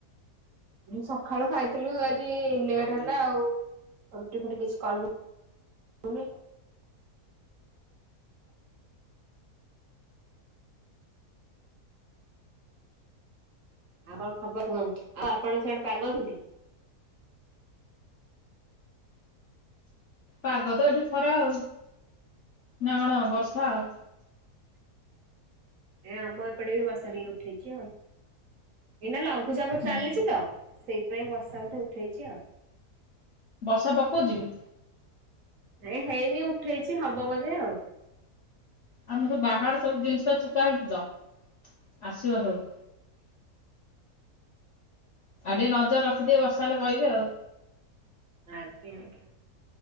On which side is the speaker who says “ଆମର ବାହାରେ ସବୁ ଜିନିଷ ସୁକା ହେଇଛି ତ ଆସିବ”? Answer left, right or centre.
Left